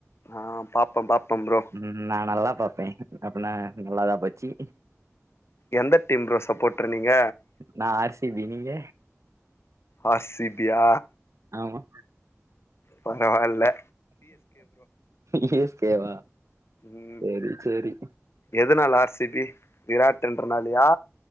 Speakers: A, on the left; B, on the right.
A: அ பாப்ப பாப்போ ப்ரோ
B: ம் நா நல்லா பாப்பே அப்னா நல்லாதா போச்சு
A: எந்த டீம் ப்ரோ சப்போட்ரு நீங்க
B: நா ஆர் சி பி நீங்க
A: ஆர் சி பி யா
B: ஆமா
A: கொஞ்சோ நாள்ளா
B: சி எஸ் கே வா
A: ம்
B: சேரி சேரி
A: எதுனால ஆர் சி பி விராட்டுன்றனாலயா